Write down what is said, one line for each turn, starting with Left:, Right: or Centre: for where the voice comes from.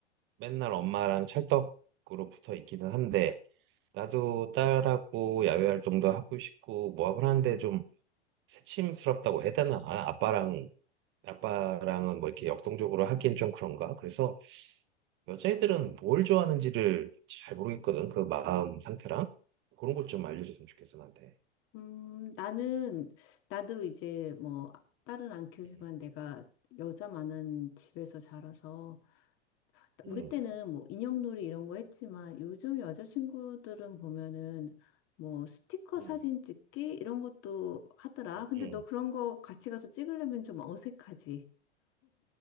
Right: 맨날 엄마랑 찰떡으로 붙어 있기는 한데 나도 딸하고 야외 활동도 하고 싶고 뭐 하고 하는데 좀 새침스럽다고 해야 되나? 아, 아빠랑 아빠랑은 뭐 이렇게 역동적으로 하기엔 좀 그런가? 그래서 여자애들은 뭘 좋아하는지를 잘 모르겠거든. 그 마음 상태랑 그런 것 좀 알려줬으면 좋겠어 나한테.
Left: 음, 나는, 나도 이제 뭐, 딸은 안 키우지만
Right: 음,
Left: 내가 여자 많은 집에서 자라서,
Right: 음,
Left: 우리 때는 뭐, 인형놀이 이런 거 했지만, 요즘 여자친구들은 보면은, 뭐, 스티커
Right: 음,
Left: 사진 찍기? 이런 것도 하더라. 근데
Right: 음.
Left: 너
Right: 음.
Left: 그런 거 같이 가서 찍으려면 좀 어색하지.